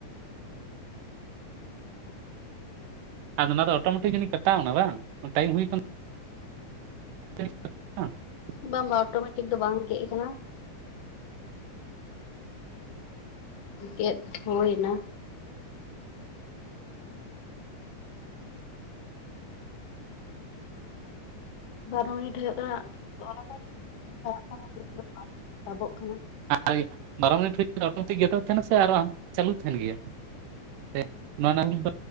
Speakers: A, on the right; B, on the left.
A: ᱟᱫᱚ ᱚᱱᱟ ᱫᱚ ᱚᱴᱳᱢᱮᱴᱤᱠ ᱡᱟᱹᱱᱤᱡ ᱠᱟᱴᱟᱣᱮᱱᱟ ᱵᱟᱝ, ᱴᱟᱹᱭᱤᱢ ᱦᱩᱭ ᱟᱠᱟᱱ- <inaudible>
B: ᱵᱟᱝᱼᱵᱟᱝ ᱚᱴᱳᱢᱮᱴᱤᱠ ᱫᱚ ᱵᱟᱝ ᱜᱮᱜ ᱟᱠᱟᱱᱟ᱾ ᱜᱮᱫᱰ ᱦᱩᱭᱮᱱᱟ᱾ ᱵᱟᱨ ᱦᱚᱭ ᱤᱴᱷᱟ. ᱜ ᱠᱟᱱᱟ, ᱚᱱᱟ ᱫᱚᱭ <unintelligible> ᱛᱟᱵᱚᱜ ᱠᱟᱱᱟ᱾
A: ᱟᱭ ᱵᱟᱨᱚ ᱢᱤᱱᱤᱴ ᱦᱩᱭᱩᱜ <inaudible> ᱜᱮᱛᱚ ᱟᱨᱚ ᱦᱟᱸ ᱪᱟᱹᱞᱩ ᱛᱟᱦᱮᱱ ᱜᱮᱭᱟ? ᱯᱮᱫ ᱱᱚᱣᱟ ᱱᱳᱣᱟ ᱱᱟᱹᱢᱤ <inaudible>